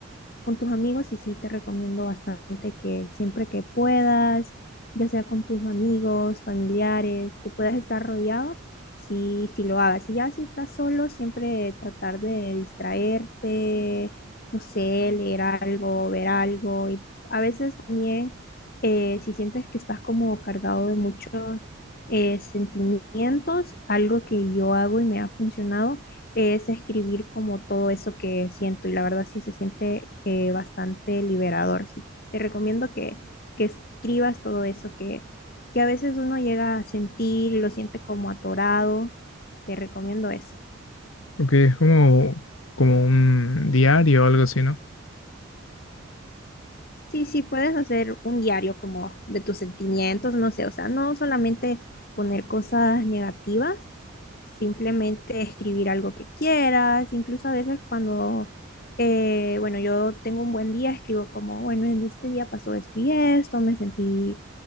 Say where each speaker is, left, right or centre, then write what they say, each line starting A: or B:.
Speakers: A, on the left; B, on the left.
A: con tus amigos y sí te recomiendo bastante que siempre que puedas, ya sea con tus amigos, familiares, que puedas estar rodeado, sí, sí lo hagas. Y ya si estás solo, siempre tratar de distraerte, no sé, leer algo, ver algo. Y a veces también, eh, si sientes que estás como cargado de muchos eh, sentimientos, algo que yo hago y me ha funcionado es escribir como todo eso que siento y la verdad sí se siente eh, bastante liberador. Sí, te recomiendo que, que escribas todo eso que, que a veces uno llega a sentir y lo siente como atorado. Te recomiendo eso.
B: Porque es como, como un diario o algo así, ¿no?
A: Sí, sí, puedes hacer un diario como de tus sentimientos, no sé, o sea, no solamente poner cosas negativas, simplemente escribir algo que quieras, incluso a veces cuando, eh, bueno, yo tengo un buen día, escribo como, bueno, en este día pasó esto y esto, me sentí